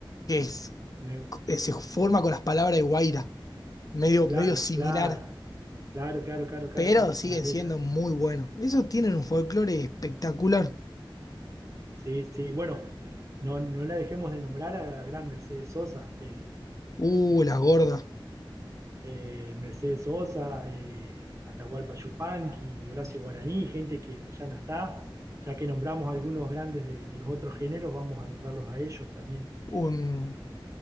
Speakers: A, on the left; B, on the right.
A: que es,
B: Me-
A: que se forma con las palabras de Guaira medio,
B: claro,
A: medio similar,
B: claro. Claro, claro, claro, claro,
A: pero
B: claro,
A: siguen
B: con las letras.
A: siendo muy buenos. Esos tienen un folclore espectacular.
B: Sí, sí. Bueno, no, no la dejemos de nombrar a la gran Mercedes Sosa, eh,
A: Uh, la gorda.
B: que eh, Mercedes Sosa, eh, Atahualpa Yupanqui, y Horacio Guaraní, gente que, que ya no está. Ya que nombramos algunos grandes de, de los otros géneros, vamos a nombrarlos a ellos también.
A: Un,